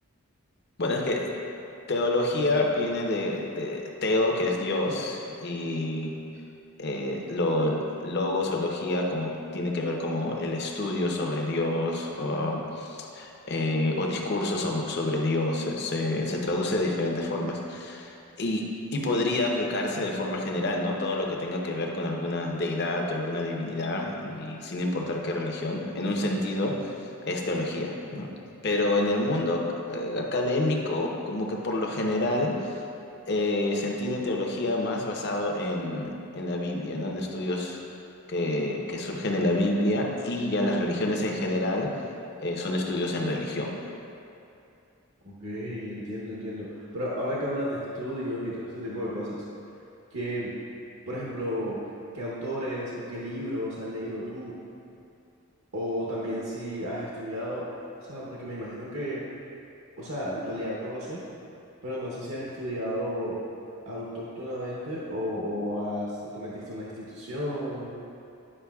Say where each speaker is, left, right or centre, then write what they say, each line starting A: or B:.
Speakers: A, on the left; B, on the right.
A: Bueno, es que Teología viene de, de teo, que es Dios, y eh, lo, logos o logía como tiene que ver como el estudio sobre Dios o, eh, o discursos so- sobre Dios. Se, se- se traduce de diferentes formas y, y podría aplicarse de forma general, ¿no? Todo lo que tenga que ver con alguna deidad o alguna divinidad y sin importar qué religión, en un sentido es teología, ¿no? Pero en el mundo eh, académico, como que por lo general eh, se entiende teología más basado en, en la Biblia, ¿no? En estudios que, que surgen de la Biblia y ya las religiones en general eh, son estudios en religión.
B: Ok, entiendo, entiendo. Pero ahora que hablas de estudios y todo este tipo de cosas, ¿qué, por ejemplo, qué autores o qué libros has leído tú? O también si has estudiado, o sea, porque me imagino que, o sea, en realidad no lo sé, pero no sé si has estudiado autóctonamente o, o, has, o te metiste a una institución.